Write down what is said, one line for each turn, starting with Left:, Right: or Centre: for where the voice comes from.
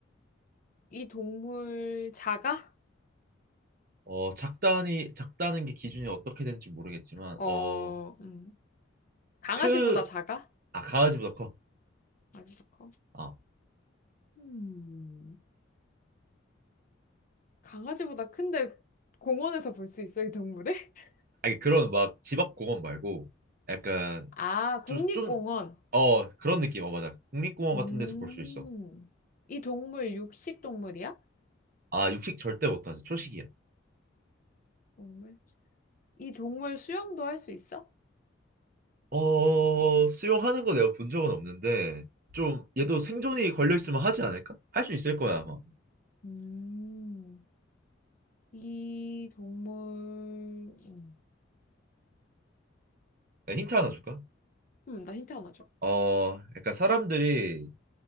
Left: 이 동물 작아?
Right: 어, 작다니, 작다는 게 기준이 어떻게 되는지 모르겠지만,
Left: 어,
Right: 어,
Left: 음, 강아지보다
Right: 크,
Left: 작아?
Right: 아, 강아지보다 커.
Left: 아주 커.
Right: 어.
Left: 음. 강아지보다 큰데 공원에서 볼 수 있어, 이 동물을? <laughs>
Right: 아니, 그런 막 집 앞 공원 말고, 약간,
Left: 아, 국립공원.
Right: 좀, 좀, 어, 그런 느낌. 어, 맞아. 국립공원
Left: 음,
Right: 같은 데서 볼 수 있어.
Left: 이 동물 육식 동물이야?
Right: 아, 육식 절대 못하지. 초식이야.
Left: 동물. 이 동물 수영도 할 수 있어?
Right: 어, 수영하는 거 내가 본 적은 없는데, 좀, 얘도 생존이 걸려있으면 하지 않을까? 할 수 있을 거야, 아마.
Left: 음, 이 동물, 음,
Right: 내가 힌트 하나 줄까?
Left: 음, 나 힌트 하나 줘.
Right: 어, 약간 사람들이